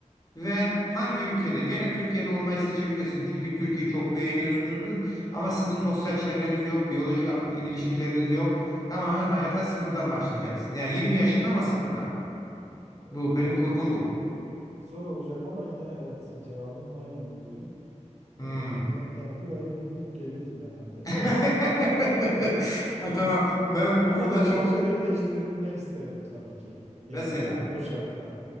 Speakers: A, on the left; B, on the right.
A: ve hangi ülkede gene Türkiye'de olmayı seçebilirsiniz. Çünkü Türkiye'yi çok beğeniyorsunuzdur ama sizin sosyal çevreniz yok, biyolojik e, ilişkileriniz yok. Tamamen hayata sıfırdan başlayacaksınız. Yani 20 yaşında ama sıfırdan.
B: Evet
A: Bu
B: yani
A: benim kurgum bu.
B: yine zor olacak ama yine evet cevabım aynı olurdu.
A: Hmm.
B: Ee, yine yani burayı bulur gelirdim herhalde.
A: <laughs> Ha, Tamam. Ben
B: Ama
A: burada
B: başka
A: çok
B: şeyleri değiştirmek isterdim tabii ki. Yani
A: mesela.
B: o, o şartla.